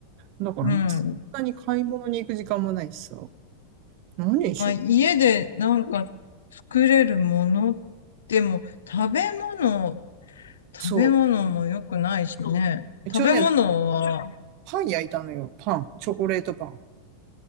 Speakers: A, on the right; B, on the left.
A: だからもう、
B: うん。
A: そんなに買い物に行く時間もないしさ。何にしよう。
B: まあ、家でなんか作れるものでも、食べ物、食べ物も良くないしね。
A: そう。一応ね、
B: 食べ物は
A: パン焼いたのよ。パン。チョコレートパン。